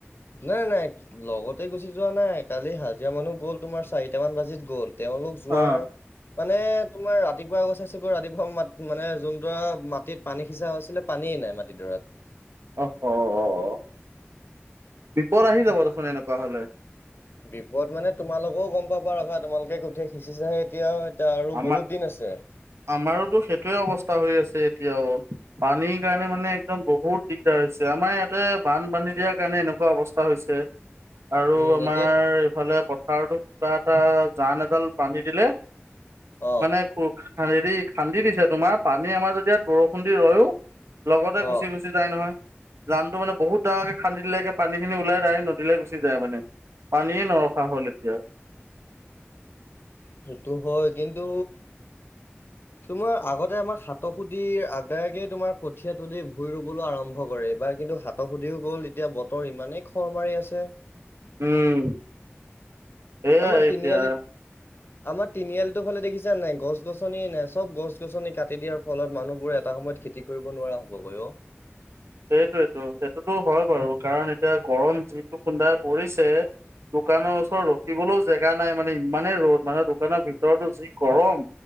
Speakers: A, on the left (about 55°); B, on the right (about 80°).
A: নাই-নাই, লগতে গুচি যোৱা নাই। কালি হাজিৰা মানুহ গ'ল তোমাৰ চাৰিটা মান বাজিত গ'ল। তেওঁলোক যোৱাৰ,
B: অ
A: মানে তোমাৰ ৰাত ৰাতিপুৱা গৈ চাইছোগ ৰাতিপুৱা মাত-মানে যোনডৰা মাটিত পানী সিছা হৈছিলে, পানীয়েই নাই মাটিডৰাত।
B: অস, অ-অ-অ। বিপদ আহি যাব দেখোন এনেকুৱা হ'লে।
A: বিপদ মানে তোমালোকেও গম পাবা ৰখা, তোমালোকে কঠিয়া সিচিছাহে এতিয়া এতিয়া আৰু
B: আমা,
A: বহুত দিন আছে।
B: আমাৰোতো সেইটোৱে অৱস্থা হৈ আছে এতিয়াও। পানীৰ কাৰণে মানে একদম বহুত দিগদাৰ হৈছে, আমাৰ ইয়াতে বানবান্ধী দিয়াৰ কাৰণে এনেকুৱা অৱস্থা হৈছে। আৰু
A: উম
B: আমাৰ
A: এতিয়া
B: এইফালে প পথাৰটো কিবা এটা জান এডাল বান্ধি দিলে,
A: অ
B: মানে কো খান্দি দি খান্দি দিছে তোমাৰ পানী আমাৰ যেতি ইয়াত বৰষুণ দি ৰয়ো লগতে
A: অ
B: গুচি-গুচি যায় নহয়। জানটো মানে বহুত ডাঙৰকে খান্দি দিলেকে পানী খিনি ওলাই ডায়েক নদীলৈ গুচি যায় মানে। পানীয়ে নৰখা হ'ল এতিয়া।
A: সেইটো হয় কিন্তু তোমাৰ আগতে আমাৰ সাতসুদিৰ আবে আগে তোমাৰ কঠীয়া তুলি ভুই ৰুবলৈ আৰম্ভ কৰে। এইবাৰ কিন্তু সাতসুদিও গ'ল এতিয়া বতৰ ইমানেই খৰ মাৰি আছে।
B: উম। এয়া
A: আমাৰ
B: এতিয়া।
A: তিনিআলিত আমাৰ তিনিআলিতো ফালে দেখিছা নাই? গছ- গছনিয়ে নাই। চব গছ-গছনি কাটি দিয়াৰ ফলত মানুহ বোৰে এটা সময় সময়ত খেতি কৰিব নোৱাৰা হ'বগৈ অ'।
B: <inaudible> সেইটোয়েতো, সেইটোতো হয় বাৰু কাৰণ এতিয়া গৰম যিটো খুন্দাই পৰিছে। দোকানৰ ওচৰত ৰখিবলৈও জেগা নাই মানে, ইমানেই ৰ'দ মানে দোকানৰ ভিতৰতো যি গৰম।